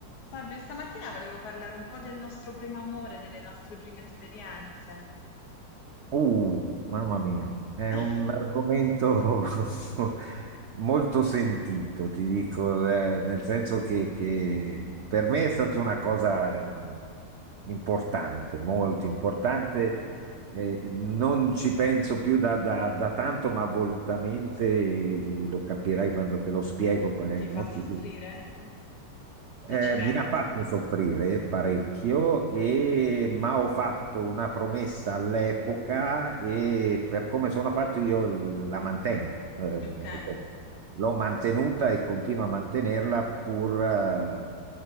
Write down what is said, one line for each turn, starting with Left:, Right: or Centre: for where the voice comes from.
Left: Fabio, stamattina volevo parlare un po' del nostro primo amore, delle nostre prime esperienze.
Right: Uh, mamma mia, è
Left: <laughs>
Right: un argomento <laughs> molto sentito, ti dico, eh, nel senso che, che per me è stata una cosa eh, importante, molto importante. eh, non ci penso più da, da- da tanto, ma volutamente, eh, lo capirai quando te lo spiego qual è il
Left: Ti
Right: motivo.
Left: fa soffrire? Se
Right: Eh,
Left: ci
Right: mi
Left: pensi.
Right: ha fatto soffrire parecchio, e- ma ho fatto una promessa all'epoca e per come sono fatto io la mantengo. Eh,
Left: Ok.
Right: ripeto, l'ho mantenuta e continuo a mantenerla pur eh,